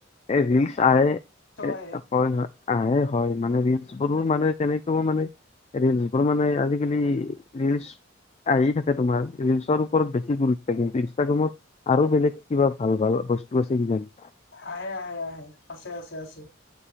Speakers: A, on the left (about 30°); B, on the left (about 70°).
A: এ ৰিলচ আহে, হয়-হয়
B: আহে
A: আহে হয়, মানে ৰিলচ ধৰো মানে তেনেকুৱা মানে ৰিলচ বোৰ মানে আজিকালি ৰিলচ আহি থাকে তোমাৰ, ৰিলচৰ ওপৰত বেছি গুৰুত্ব কিন্তু ইনষ্টাগ্ৰামত আৰু বেলেগ কিবা ভাল-ভাল বস্তু আছে কিজানি।
B: আহে আহে-আহে, আছে আছে- আছে।